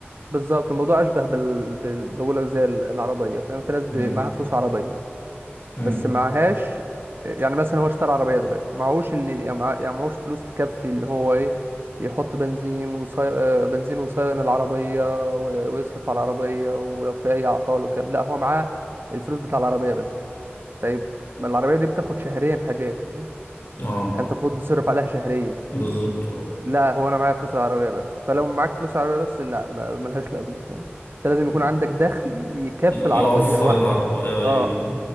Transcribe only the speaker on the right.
بالظبط الموضوع اشبه بال... بال... بقول لك زي العربية فاهم في ناس ب...
معاها فلوس عربية
بس معهاش يعني مثلا هو اشترى عربية دلوقتي معهوش اللي يعني مع- يعني معهوش فلوس تكفي اللي هو ايه يحط بنزين وصي... آه، بنزين وصيان العربية و- ويصرف على العربية ولو في أي أعطال وكلام لا هو معاه الفلوس بتاع العربية بس طيب ما العربية دي بتاخد شهريا حاجات فاهم يعني
أنت المفروض بتصرف عليها شهريا
لا هو أنا معايا فلوس العربية بس فلو معاك فلوس العربية بس لا ما- ملهاش لازمة فاهم أنت لازم
يكون عندك دخل يكفي
العربية لوحده
اه